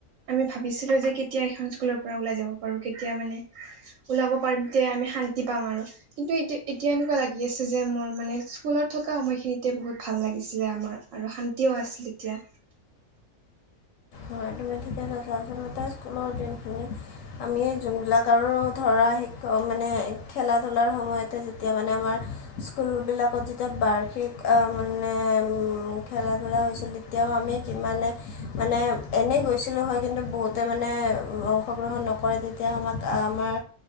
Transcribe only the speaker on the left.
অহ তুমি ঠিকেই কৈছা আঁচলতে স্কুলৰ জোন খিনি আমি যোনবিলাক আৰু ধৰা শিক্ষক মানে খেলা ধূলাৰ সময়তে যেতিয়া মানে আমাৰ স্কুলবিলাকত যেতিয়া বাৰ্ষিক মানে খেলা ধূলা <unintelligible> তেতিয়াও আমি কিমানে মানে এনেই গৈছিলোঁ হয় কিন্তু বহুতে মানে অংশগ্ৰহণ নকৰে তেতিয়া আমাক আমাৰ